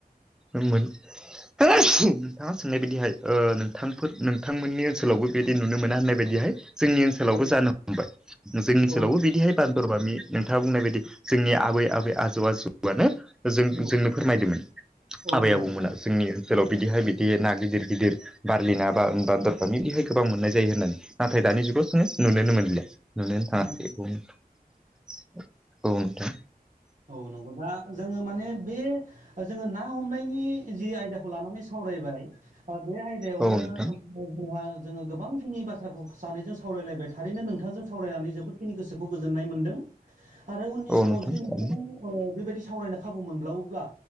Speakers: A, in the centre; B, on the right (about 55°).
A: ओं मोन नोंथाङा सोंनाय बायदिहाय ओ नोंथांफोर नोंथांमोननि ओनसोलावबो बेदि नुनो मोना होननाय बायदिहाय जोंनि ओनसोलावबो
B: औ
A: जानो हमबाय जोंनि ओनसोलावबो
B: औ
A: बिदिहाय बान्दरबामि नोंथाङा बुंनाय बायदि जोंनि आबै आबै आजौ आजौ आनो जों-जोंनो
B: औ
A: फोरमायदोंमोन।
B: औ
A: आबै आबौमोना
B: नंगौ
A: जोंनि ओनसोलाव बिदिहाय बिदि ना गिदिर गिदिर बारलि ना बा-बान्दर बामि बिदिहाय गोबां मोननाय जायो होननानै नाथाय दानि जुगाव जोङो नुनोनो मोनलिया। नुनोनो थाङासै
B: नंगौ
A: औ नोंथां।
B: औ नंगौ दा जोङो माने बे जोङो ना हमनायनि जि आयदाखौ लानानै सावरायबाय ओ बे आय दायावनो
A: औ नोंथां
B: जोंहा जोङो गोबांखिनि बाथ्राखौ सानैजों सावरायलायबाय थारैनो नोंथांजों सा सावरायनानै जोबोदखिनि गोसोखौ गोजोननाय मोनदों आरो उननि
A: औ
B: समाव
A: नोंथां
B: जुदि नोंथांजों ओ बेबायदि सावरायनो खाबु मोनब्लावोब्ला